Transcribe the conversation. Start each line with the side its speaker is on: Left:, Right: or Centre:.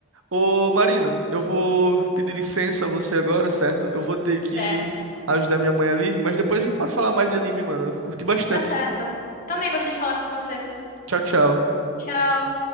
Right: Ô, Marina, eu vou pedir licença a você agora, certo? Eu vou ter que
Left: Certo.
Right: ajudar minha mãe ali, mas depois a gente pode falar mais de anime, mano. Eu curti bastante.
Left: Tá certo. Também gostei de falar com você.
Right: Tchau, tchau.
Left: Tchau.